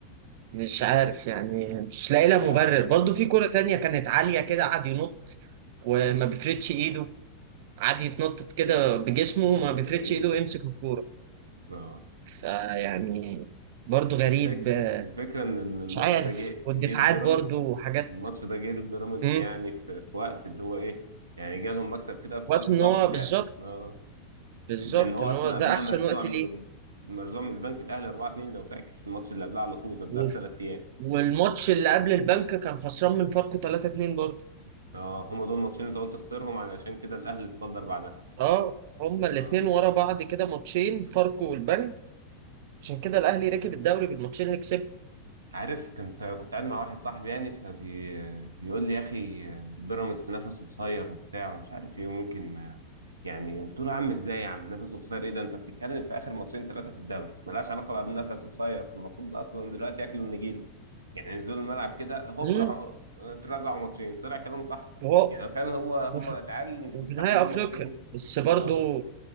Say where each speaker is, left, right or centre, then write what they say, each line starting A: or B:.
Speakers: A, on the right; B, on the right.
A: مش عارف يعني مش لاقي لها
B: <laughs> آه،
A: مبرر برضه في كرة تانية كانت عالية كده قعد ينط وما بيفردش ايده قعد يتنطط كده بجسمه وما
B: عواد
A: بيفردش
B: غريب
A: ايده ويمسك الكورة
B: اه
A: فيعني برضه غريب
B: الفك...
A: آه،
B: الفكرة إن إن الماتش
A: مش عارف
B: ده جه
A: والدفاعات
B: جه لبيراميدز
A: برضه وحاجات
B: الماتش ده جه لبيراميدز
A: مم.
B: يعني في... في وقت اللي هو إيه يعني جالهم مكسب كده في
A: وقت
B: وقت
A: ان
B: ضغط
A: هو
B: فعلا
A: بالظبط
B: آه لأن
A: بالظبط
B: هو
A: ان
B: أصلا
A: هو ده
B: قبلها
A: احسن
B: مرزوع
A: وقت
B: من
A: ليه
B: ال... مرزوع من البنك الأهلي 4-2 لو فاكر الماتش اللي قبلها على طول قبلها
A: وف-
B: بثلاث أيام
A: والماتش اللي قبل البنك كان خسران من فاركو 3-2 برضه
B: آه هما دول ماتشين أنت قلت خسرهم علشان كده الأهلي اتصدر بعدها
A: اه هما الاثنين
B: آه
A: ورا بعض كده ماتشين فاركو والبنك عشان كده الاهلي ركب الدوري بالماتشين اللي كسبهم
B: عارف كنت كنت قاعد مع واحد صاحبي يعني فبي بيقول لي يا اخي بيراميدز نفسه قصير وبتاع ومش عارف ايه وممكن ما يعني قلت له يا عم ازاي يا عم نفسه قصير ايه ده انت بتتكلم في اخر ماتشين ثلاثه في الدوري ملهاش علاقه بقى بنفس قصير المفروض اصلا دلوقتي ياكلوا النجيله يعني ينزلوا الملعب كده هوب
A: امم
B: راحوا اترزعوا ماتشين طلع كلامه صح
A: هو
B: يعني فعلا هو
A: وفي,
B: هم العيال مش
A: وفي
B: مستحملين
A: نهاية افريقيا
B: ماتشين
A: بس برضو
B: اه